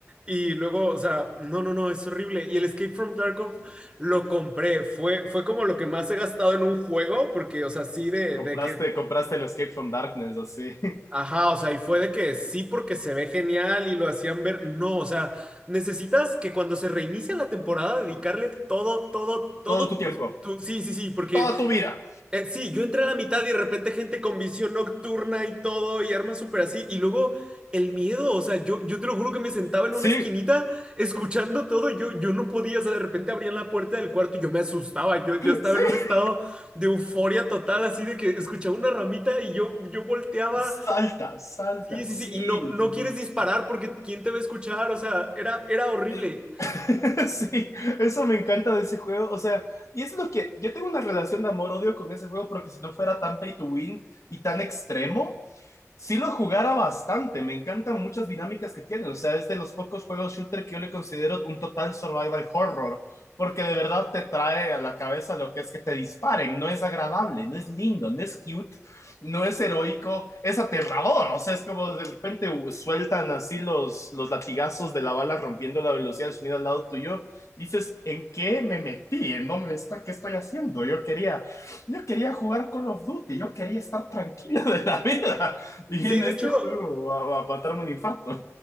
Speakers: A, on the right (about 15°); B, on the left (about 75°).
A: y luego, o sea, no, no, no, es horrible. Y el Escape from Tarkov lo compré, fue, fue como lo que más he gastado en un juego porque, o sea, sí de,
B: Compraste,
A: de que
B: compraste el Escape from Darkness, así.
A: Ajá, o sea, y fue de que sí porque se ve genial y lo hacían ver. No, o sea, necesitas que cuando se reinicia la temporada dedicarle todo, todo,
B: <laughs>
A: todo.
B: Todo tu tiempo,
A: Tu... Sí, sí, sí, porque
B: toda tu vida.
A: eh, sí, yo entré a la mitad y de repente gente con visión nocturna y todo y armas súper así. Y luego el miedo, o sea, yo, yo te lo juro que me sentaba en una
B: Sí,
A: esquinita escuchando todo. y Yo, yo no podía, o sea, de repente abrían la puerta del cuarto y yo me asustaba. Yo, yo estaba
B: sí.
A: en un estado de euforia total, así de que escuchaba una ramita y yo, yo volteaba.
B: Salta, salta,
A: Sí, sí,
B: sí,
A: sí, y no, no
B: sí,
A: quieres
B: sí,
A: disparar
B: sí. Sí,
A: porque ¿quién te va a escuchar? O sea, era, era horrible.
B: Es- <laughs> sí, eso me encanta de ese juego. O sea, y es lo que yo tengo una relación de amor-odio con ese juego porque si no fuera tan pay to win y tan extremo, sí lo jugara bastante. Me encantan muchas dinámicas que tiene. O sea, es de los pocos juegos shooter que yo le considero un total survival horror. Porque de verdad te trae a la cabeza lo que es que te disparen. No es agradable, no es lindo, no es cute, no es heroico, es aterrador. O sea, es como de repente uh, sueltan así los, los latigazos de la bala rompiendo la velocidad del sonido al lado tuyo. Dices, ¿en qué me metí? ¿En dónde está? ¿Qué estoy haciendo? Yo quería, yo quería jugar Call of Duty, yo quería estar tranquilo de la vida. Y
A: Sí,
B: en
A: de
B: este
A: hecho,
B: juego, a, a matarme un infarto.